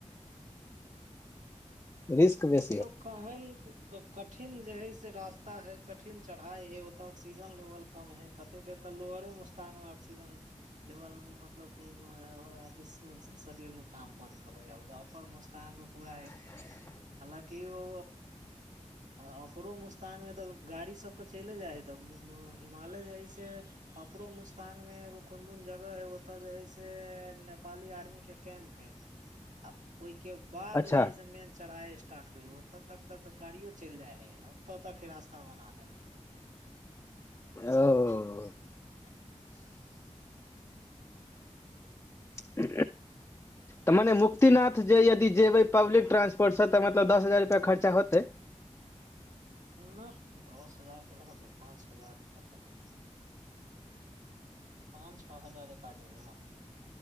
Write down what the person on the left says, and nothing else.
रिस्क बेस
आ
अच्छा
ओ
उ तऽ मने मुक्तिनाथ जे यदि जेबै पब्लिक ट्रांसपोर्टसँ तऽ मतलब दस हजार रुपैआ खर्चा होतै